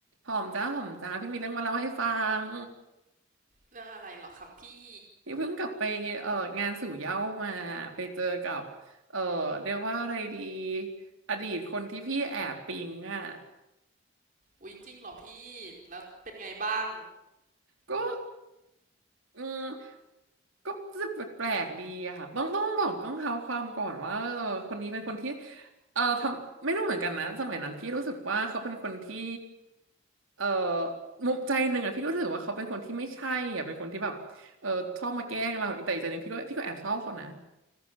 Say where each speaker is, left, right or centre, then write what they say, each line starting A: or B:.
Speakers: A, on the right; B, on the right.
A: หอมจ้าหอมจ้าพี่มีเรื่องมาเล่าให้ฟัง
B: เรื่องอะไรเหรอครับพี่
A: พี่เพิ่งกลับไปเอ่องานสู่เหย้ามาไปเจอกับเอ่อเรียกว่าอะไรดีอดีตคนที่พี่แอบปิ๊งอ่ะ
B: อุ๊ยจริงเหรอพี่แล้วเป็นไงบ้าง
A: ก็อืมก็รู้สึกแปลกๆดีอะค่ะต้องต้องบอกต้องเท้าความก่อนว่าเออคนนี้เป็นคนที่เอ่อทำไม่รู้เหมือนกันนะสมัยนั้นพี่รู้สึกว่าเขาเป็นคนที่เอ่อมุมใจหนึ่งอะพี่ก็รู้สึกว่าเขาเป็นคนที่ไม่ใช่อะเป็นคนที่แบบเออชอบมาแกล้งเราแต่อีกใจหนึ่งพี่ก็พี่ก็แอบชอบเขานะ